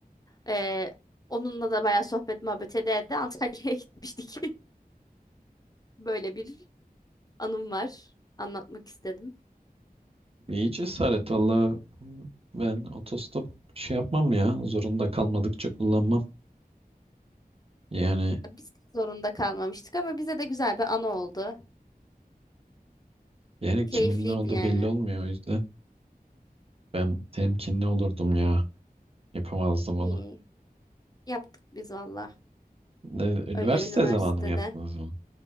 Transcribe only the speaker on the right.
İyi cesaret valla ben otostop şey yapmam ya zorunda kalmadıkça kullanmam. Yani
yani kimin
ne olduğu
belli olmuyor o yüzden ben temkinli olurdum ya yapamazdım
onu.
Ne, üniversite
zamanı mı yaptınız bunu?